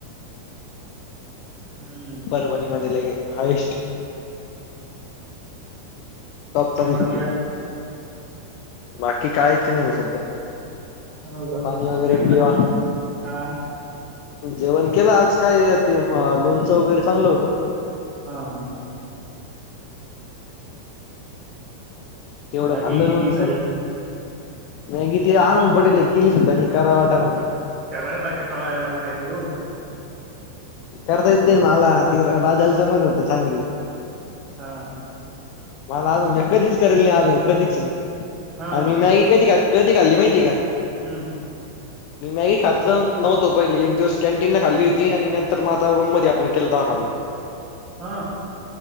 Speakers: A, on the right; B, on the left.
A: हम्म
B: परभणी मध्ये लगे हायस्ट. टोपचा
A: मग
B: वक्ती
A: बाकी काय
B: बाकी कायच नाही ग सध्या.
A: हो का
B: पाणी वगैरे
A: जेवण
B: पिवा.
A: आ
B: जेवण केलं आज काय ते लोणचं वगैरे चांगलं होतं.
A: हा हा
B: तेवढं
A: मॅगी
B: खाल्लं
A: गिगी
B: लोनच.
A: काही
B: मगि ते आणून पडेल किली सुद्धा नि करावाटामध्ये.
A: कर राहता का टाळायला म्हना की हो.
B: करता येत नाही मला ते राजाला जमत होत चांगली.
A: हा
B: मला अजून कधीच करेल नाही अजून कधीच नाही
A: हा
B: आणि मी मॅगी कधी खा कधी घल्ली माहिती का?
A: हम
B: मी मॅगी खातल नव्हतो पहिली एक दिवस कॅनटीन न खाल्ली होती आणि र मग आता रूम मध्ये आपण केलं तेव्हा खाल्लं.
A: हा